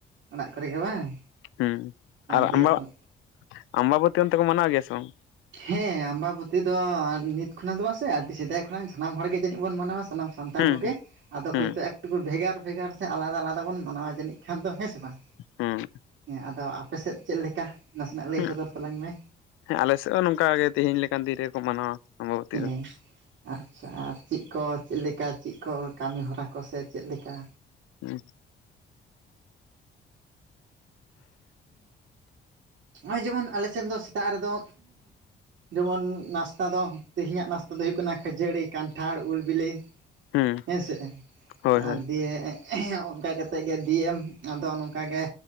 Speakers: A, on the right; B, on the left.
A: ᱚᱲᱟᱜ ᱠᱚᱨᱮ ᱜᱮ ᱵᱟᱝ
B: ᱦᱮᱸ ᱟᱨ
A: ᱫᱤᱭᱮ
B: ᱟᱢᱵᱟ
A: ᱯᱚᱨ
B: ᱟᱢᱵᱟᱵᱚᱛᱤ ᱚᱱᱛᱮ ᱠᱚ ᱢᱟᱱᱟᱣ ᱜᱮᱭᱟ ᱥᱮ ᱵᱟᱝ?
A: ᱦᱮᱸ ᱟᱢᱵᱟᱵᱚᱛᱤ ᱫᱚ ᱱᱤᱛ ᱠᱷᱚᱱᱟᱜ ᱫᱚ ᱵᱟᱝ ᱥᱮ ᱟᱹᱰᱤ ᱥᱮᱫᱟᱭ ᱠᱷᱚᱱᱟᱜ ᱥᱟᱱᱟᱢ ᱦᱚᱲᱜ ᱜᱮ ᱡᱟᱹᱱᱤᱡ ᱵᱚᱱ ᱢᱟᱱᱟᱣᱟ ᱥᱟᱱᱟᱢ ᱥᱟᱱᱛᱟᱲ
B: ᱦᱩᱸ
A: ᱠᱚᱜᱮ
B: ᱦᱩᱸ
A: ᱟᱫᱚ
B: ᱦᱩᱸ
A: ᱦᱚᱭᱛᱚ ᱮᱠᱴᱩᱠᱩ ᱵᱷᱮᱜᱟᱨ ᱵᱷᱮᱜᱟᱨ ᱥᱮ ᱟᱞᱟᱫᱟ ᱟᱞᱟᱫᱟ ᱵᱚᱱ ᱢᱟᱱᱟᱣᱟ ᱡᱟᱹᱱᱤᱡ ᱠᱷᱟᱱ ᱫᱚ ᱦᱮᱸ ᱥᱮ ᱵᱟᱝ
B: ᱦᱩᱸ
A: ᱦᱮᱸ ᱟᱫᱚ ᱟᱯᱮᱥᱮᱫ ᱪᱮᱫ ᱞᱮᱠᱟ ᱱᱟᱥᱮᱱᱟᱜ ᱞᱟᱹᱭ
B: ᱦᱩᱸ
A: ᱥᱚᱫᱚᱨ ᱛᱟᱞᱟᱝ ᱢᱮ?
B: ᱦᱮᱸ ᱟᱞᱮ ᱥᱮᱫ ᱦᱚᱸ ᱱᱚᱝᱠᱟ ᱜᱮ ᱛᱮᱦᱮᱧ ᱞᱮᱠᱟᱱ ᱫᱤᱱ ᱨᱮᱠᱚ ᱢᱟᱱᱟᱣᱟ᱾ ᱟᱢᱵᱟᱵᱚᱛᱤ
A: ᱦᱮᱸ
B: ᱫᱚ
A: ᱟᱪᱪᱷᱟ ᱟᱨ ᱪᱮᱫ ᱠᱚ ᱪᱮᱫ ᱞᱮᱠᱟ ᱪᱮᱫ ᱠᱚ ᱠᱟᱹᱢᱤ ᱦᱚᱨᱟ ᱠᱚ ᱥᱮ ᱪᱮᱫ ᱞᱮᱠᱟ
B: ᱦᱮᱸ
A: ᱱᱚᱜᱼᱚᱭ ᱡᱮᱢᱚᱱ ᱟᱞᱮ ᱥᱮᱱ ᱫᱚ ᱥᱮᱛᱟᱜ ᱨᱮᱫᱚ ᱡᱮᱢᱚᱱ ᱱᱟᱥᱛᱟ ᱫᱚ ᱛᱮᱦᱮᱧᱟᱜ ᱱᱟᱥᱛᱟ ᱫᱚ ᱦᱩᱭᱩᱜ ᱠᱟᱱᱟ ᱠᱷᱟᱹᱡᱟᱹᱲᱤ ᱠᱟᱱᱴᱷᱟᱲ ᱩᱞ ᱵᱤᱞᱤ
B: ᱦᱩᱸ
A: ᱦᱮᱸ ᱥᱮ
B: ᱦᱳᱭ
A: ᱟᱨ
B: ᱦᱳᱭ
A: ᱫᱤᱭᱮ ᱦᱮᱸ, ᱚᱱᱠᱟ ᱠᱟᱛᱮᱜ ᱜᱮ ᱤᱫᱤᱭᱮᱢ ᱟᱫᱚ ᱱᱚᱝᱠᱟᱜᱮ